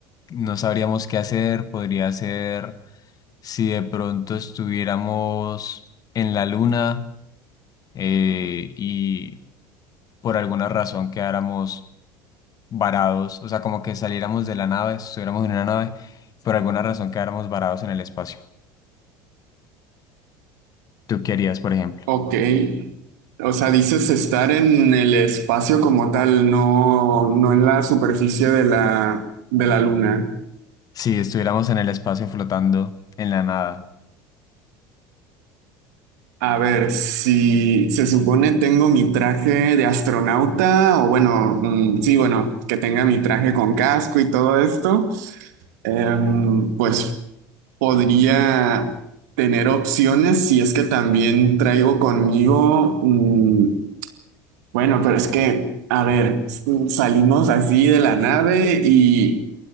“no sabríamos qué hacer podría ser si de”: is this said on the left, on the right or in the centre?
Left